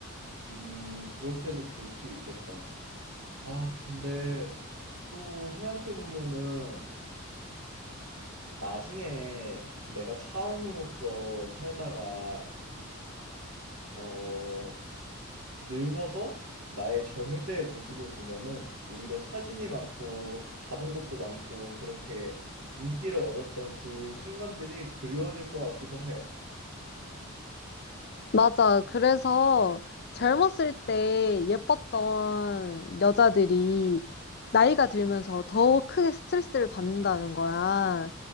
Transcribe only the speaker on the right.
음, 그렇게도 볼 수 있겠다. 아, 근데 또 생각해보면은 나중에 내가 차은우로서 살다가, 어, 늙어서 나의 젊을 때의 모습을 보면은 오히려 사진이 많고 가본 곳도 많고 그렇게 인기를 얻었던 그 순간들이 그리워질 것 같기도 해.